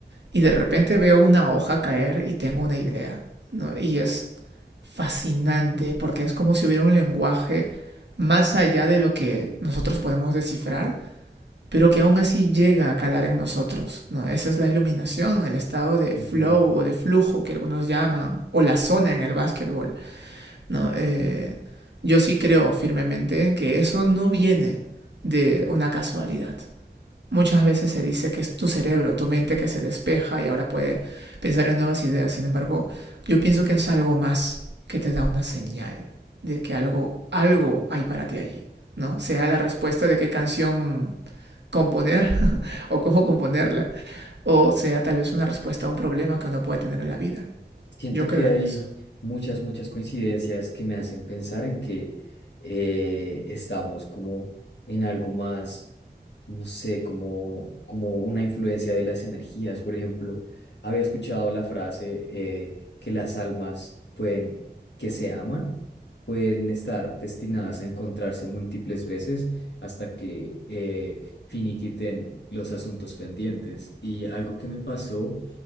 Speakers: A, on the right (about 80°); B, on the left (about 80°).
A: y de repente veo una hoja caer y tengo una idea. ¿no? Y es fascinante porque es como si hubiera un lenguaje más allá de lo que nosotros podemos descifrar pero que aún así llega a calar en nosotros. ¿no? Esa es la iluminación, el estado de
B: Ujú.
A: flow o de flujo que algunos llaman, o la zona en el básquetbol. ¿no? Eh, yo sí creo firmemente en que eso no viene de una casualidad. Muchas veces se dice que es tu cerebro, tu mente que se despeja y ahora puede pensar en nuevas ideas. Sin embargo, yo pienso que es algo más que te da una señal de que algo, algo hay para ti allí, ¿no? Sea la respuesta de qué canción componer o cómo componerla, o sea tal vez una respuesta a un problema que uno puede tener en la vida.
B: Siento
A: Yo creo
B: que hay
A: en eso.
B: muchas, muchas coincidencias que me hacen pensar en que eh, estamos como en algo más, no sé, como, como una influencia de las energías. Por ejemplo, había escuchado la frase eh, que las almas pueden, que se aman, pueden estar destinadas a encontrarse múltiples veces hasta que eh, finiquiten los asuntos pendientes. Y algo que me pasó